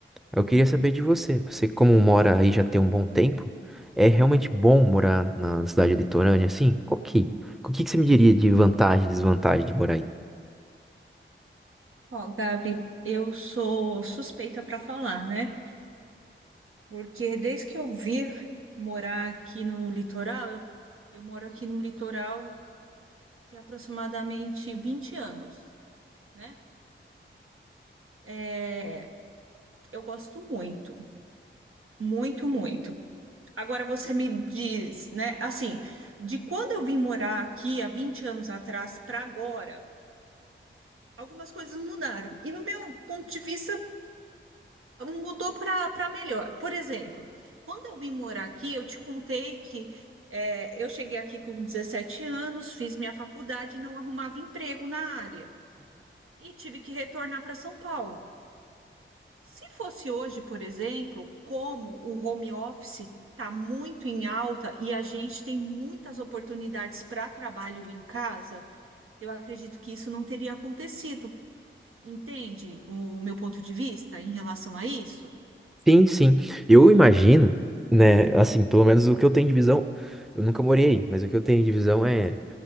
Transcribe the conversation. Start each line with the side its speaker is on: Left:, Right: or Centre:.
Centre: Eu queria saber de você. Você, como mora aí já tem um bom tempo, é realmente bom morar na cidade litorânea assim? Qual que... O que que você me diria de vantagem e desvantagem de morar aí?
Right: Ó, Gabi, eu sou suspeita para falar, né? Porque desde que eu vim morar aqui no litoral, eu, eu moro aqui no litoral tem aproximadamente 20 anos, né? É, eu gosto muito, muito, muito. Agora você me diz, né? Assim, de quando eu vim morar aqui há 20 anos atrás para agora, algumas coisas mudaram. E no meu ponto de vista, mudou para melhor. Por exemplo, quando eu vim morar aqui, eu te contei que é, eu cheguei aqui com 17 anos, fiz minha faculdade e não arrumava emprego na área e tive que retornar para São Paulo. Se fosse hoje, por exemplo, como o home office está muito em alta e a gente tem muitas oportunidades para trabalho em casa, eu acredito que isso não teria acontecido. Entende o meu ponto de vista em relação a isso?
Centre: Sim, sim. Eu imagino, né, assim, pelo menos o que eu tenho de visão, eu nunca morei aí, mas o que eu tenho de visão é,